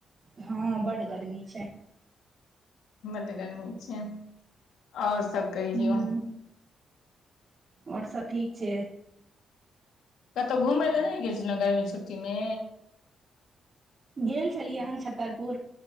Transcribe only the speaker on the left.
बड्ड गरमी छै, आओर सब कहियौ
कतहु घुमय लए नहि गेल छलहुँ गर्मी छुट्टी मे?